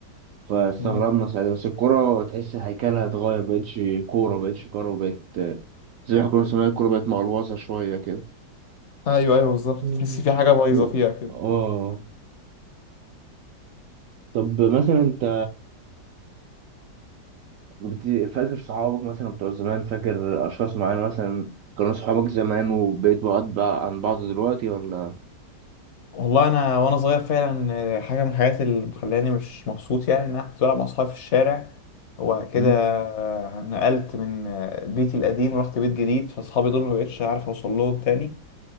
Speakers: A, on the right; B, on the left.
A: فاستغربنا
B: مم.
A: ساعتها بس الكرة تحس هيكلها اتغير مبقتش كورة مبقتش كورة بقت زي ما كنا بنسميها الكورة بقت مقلوصة شوية كده
B: ايوه ايوه بالظبط
A: مم.
B: تحس في حاجه بايظه فيها كده
A: اه طب مثلا انت بت... فاكر صحابك مثلا بتوع زمان فاكر أشخاص معينة مثلا كانوا صحابك زمان وبقيت بعاد بقى عن بعض دلوقتي ولا
B: والله انا وانا صغير فعلا آه، حاجه من الحاجات اللي مخلاني مش مبسوط يعني ان انا كنت بلعب مع اصحابي في الشارع وبعد كده
A: مم.
B: آه، نقلت من آه، بيتي القديم ورحت بيت جديد فاصحابي دول ما بقتش عارف اوصل لهم تاني